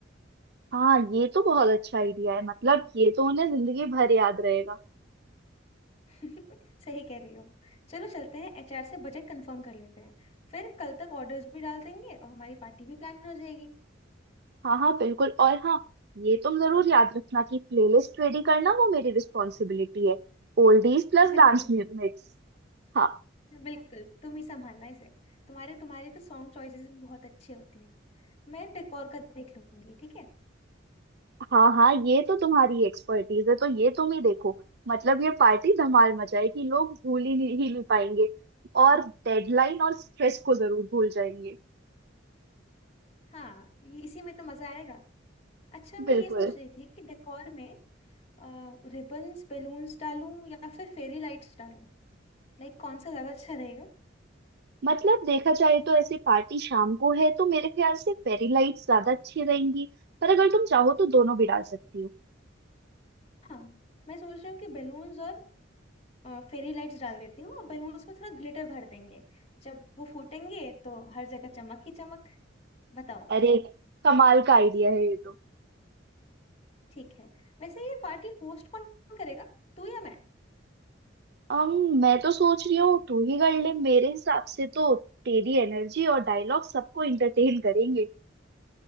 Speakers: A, on the right (about 55°); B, on the left (about 35°).
A: हाँ ये तो बहुत अच्छा आइडिया है मतलब ये तो उन्हें जिंदगी भर याद रहेगा
B: <laughs> सही कह रही हो चलो चलते हैं एचआर से बजट कंफर्म कर लेते हैं फिर कल तक ऑर्डर्स भी डाल देंगे और हमारी पार्टी भी प्लान हो जाएगी
A: हाँ हाँ बिल्कुल और हाँ ये तुम जरूर याद रखना कि प्लेलिस्ट रेडी करना वो मेरी रिस्पॉन्सिबिलिटी है ओल्डीज प्लस
B: बिल्कुल
A: डांस मिक्स हाँ
B: बिल्कुल तुम ही संभालना इसे तुम्हारे तुम्हारे तो सॉन्ग चॉइसेस भी बहुत अच्छी होती है मैं डेकोर का देख लूंगी ठीक है
A: हाँ हाँ ये तो तुम्हारी एक्सपर्टीज है तो ये तुम ही देखो मतलब ये पार्टी धमाल मचाएगी लोग भूल ही नहीं, ही नहीं पाएंगे और डेडलाइन और स्ट्रेस को जरूर भूल जाएंगे
B: हाँ ये- इसी में तो मजा आएगा अच्छा मैं
A: बिल्कुल
B: ये सोच रही थी कि डेकोर में रिबन्स बलून्स डालूं या फिर फेरी लाइट्स डालूं लाइक कौन सा ज्यादा अच्छा रहेगा
A: मतलब देखा जाए तो ऐसे पार्टी शाम को है तो मेरे ख्याल से फेरी लाइट्स ज्यादा अच्छी रहेंगी पर अगर तुम चाहो तो दोनों भी डाल सकती हो
B: हाँ मैं सोच रही हूँ कि बलून्स और फेरी लाइट्स डाल देती हूँ और बलून्स में थोड़ा ग्लिटर भर देंगे जब वो फूटेंगे तो हर जगह चमक ही चमक बताओ
A: अरे कमाल का आइडिया है ये तो
B: ठीक है वैसे ये पार्टी होस्ट कौन करेगा तू या मैं
A: अम मैं तो सोच रही हूँ तू ही कर ले मेरे हिसाब से तो तेरी एनर्जी और डायलॉग सबको इंटरटेन करेंगे